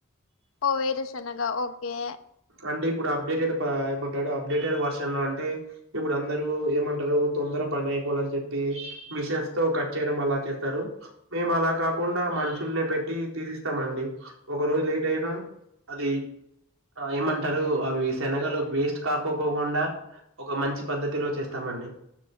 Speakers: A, on the left (about 80°); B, on the right (about 80°).
A: ఓ వేరుశెనగా ఓకే
B: అంటే ఇప్పుడు అప్డేటెడ్ ఏమంటాడు అప్డేటెడ్ వర్షన్ లో అంటే ఇప్పుడు అందరుూ ఏమంటారు తొందర పని అయిపోవాలని చెప్పి మిషన్స్ తో కట్ చేయ అ చేస్తారు మే అలా కాకుండా మషు నే పెట్టి తీసిస్తామండి ఒక రోజు లేట్ అయినా అది ఆ ఏమంటారు అవి శనగలు వేస్ట్ కాక్కకోకుండా ఒక మంచి పద్ధతిలో చేస్తామండి